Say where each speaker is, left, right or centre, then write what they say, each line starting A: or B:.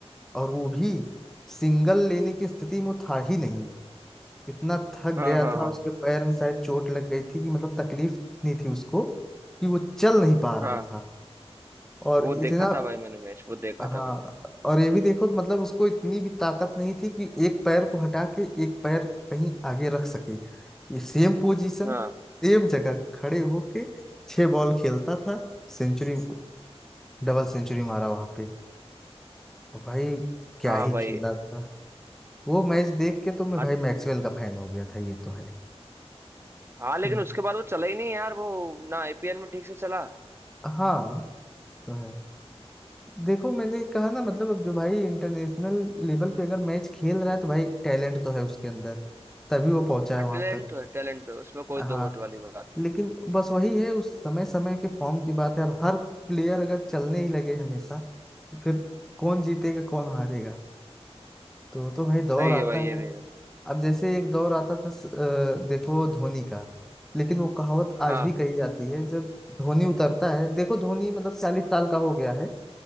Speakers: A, in the centre; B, on the right.
A: और वो भी सिंगल लेने की स्थिति में वो था ही नहीं इतना थक
B: हाँ
A: गया
B: हाँ
A: था
B: हाँ
A: उसके पैर में शायद चोट लग गई थी कि मतलब तकलीफ नहीं थी उसको कि वो चल नहीं पा रहा
B: हाँ
A: था और
B: वो देखा
A: इतना
B: था भाई मैंने मैच वो देखा
A: हाँ
B: था मैंने
A: और ये भी देखो तो मतलब उसको इतनी भी ताकत नहीं थी कि एक पैर को हटा के एक पैर कहीं आगे रख सके ये सेम पोजीशन
B: हाँ
A: सेम जगह खड़े होके छह बॉल खेलता था सेंचुरी डबल सेंचुरी मारा वहां पे और भाई क्या
B: हाँ
A: ही
B: भाई
A: खेला था वो मैच देख के तो मैं
B: हाँ
A: भाई मैक्सवेल का फैन हो गया था ये तो है
B: हाँ, लेकिन
A: हम्म,
B: उसके बाद वो चला ही नहीं यार वो ना आईपीएल में ठीक से चला
A: हाँ तो है देखो मैंने कहा ना
B: वही
A: मतलब
B: तो
A: अब जो भाई इंटरनेशनल लेवल पे अगर मैच खेल रहा है तो भाई टैलेंट तो है उसके अंदर तभी वो पहुंचा है
B: हाँ
A: वहां
B: टैलेंट
A: तक
B: तो है टैलेंट तो है उसमें कोई दो
A: हाँ
B: मत वाली बात नहीं
A: लेकिन बस वही है उस समय समय के फॉर्म की बात है अब हर प्लेयर अगर चलने ही लगे हमेशा फिर कौन जीतेगा कौन हारेगा तो तो भाई दौर
B: सही
A: आता
B: है भाई
A: है
B: ये भी है।
A: अब जैसे एक दौर आता था स- अ, देखो धोनी का लेकिन वो कहावत आज
B: हाँ
A: भी कही जाती है जब धोनी उतरता है देखो धोनी मतलब चालीस साल का हो गया है